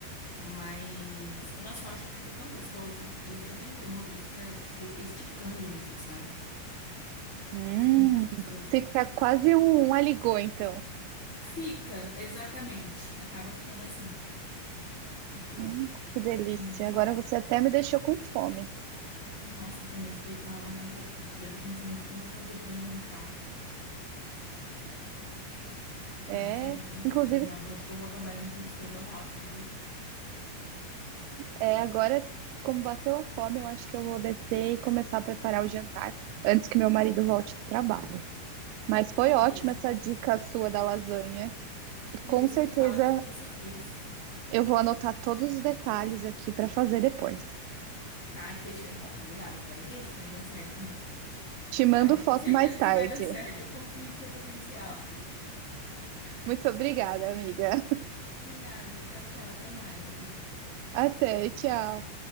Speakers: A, on the left; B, on the right.
A: Mas, nossa, eu acho que fica tão gostoso. Ele fica tão cremoso, ele fica, tipo, esticando mesmo, sabe?
B: hum.
A: Fica muito gostoso.
B: Fica quase um aligô, então.
A: Fica, exatamente. Acaba ficando assim. E, pô,
B: Hum, que delícia.
A: é muito bom.
B: Agora você até me deixou com fome.
A: Nossa, eu também fiquei com água na boca. Já tô pensando o que que eu vou fazer pra jantar.
B: É,
A: Não sei, já tô em dúvida
B: inclusive,
A: já. Vou, acho que eu vou acabar indo pelo estrogonofe, viu?
B: é, agora, como bateu a fome, eu acho que eu vou descer e começar a preparar o jantar antes que meu marido volte do trabalho. Mas
A: Não,
B: foi ótima
A: beleza.
B: essa dica
A: Uhum.
B: sua da lasanha. E com
A: Depois
B: certeza
A: você me fala o que que você fez.
B: eu vou anotar todos os detalhes aqui para fazer depois.
A: Tá, e fechou então, combinado. Eu quero ver se vai dar certo mesmo.
B: Te mando
A: Ah, eu tenho
B: foto
A: certeza
B: mais tarde.
A: que vai dar certo. Eu confio no seu potencial.
B: Muito obrigada, amiga.
A: Por nada. Tchau, tchau. Até mais, Bia.
B: Até, tchau.